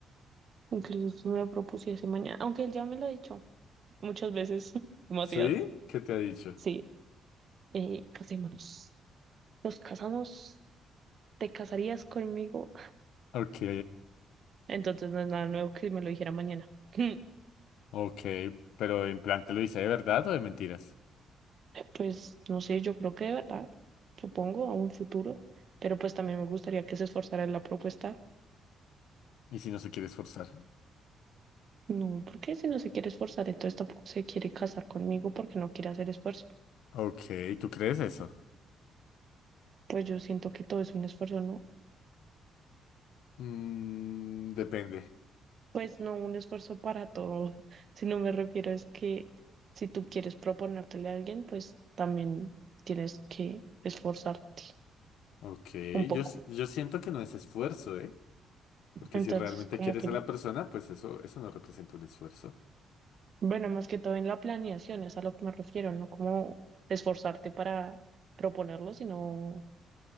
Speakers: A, on the right; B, on the left.
A: Incluso si me lo propusiese mañana, aunque él ya me lo ha dicho muchas veces, <laughs> demasiadas.
B: ¿Sí? ¿Qué te ha dicho?
A: Sí, eh, casémonos. Nos casamos. ¿Te casarías conmigo?
B: Ok,
A: Entonces no es nada nuevo que me lo dijera mañana. <laughs>
B: ok, pero en plan, ¿te lo dice de verdad o de mentiras?
A: Pues no sé, yo creo que de verdad, supongo, a un futuro, pero pues también me gustaría que se esforzara en la propuesta.
B: ¿Y si no se quiere esforzar?
A: No, porque si no se quiere esforzar, entonces tampoco se quiere casar conmigo porque no quiere hacer esfuerzo.
B: Ok, ¿tú crees eso?
A: Pues yo siento que todo es un esfuerzo, ¿no?
B: Mm, depende.
A: Pues no un esfuerzo para todo, <laughs> sino me refiero es que si tú quieres proponértele a alguien, pues también tienes que esforzarte
B: Ok,
A: un poco.
B: yo, s- yo siento que no es esfuerzo, ¿eh? Porque
A: Entonces,
B: si realmente
A: como
B: quieres
A: que
B: a la persona, pues eso, eso no representa un esfuerzo.
A: Bueno, más que todo en la planeación, es a lo que me refiero, no como esforzarte para proponerlo, sino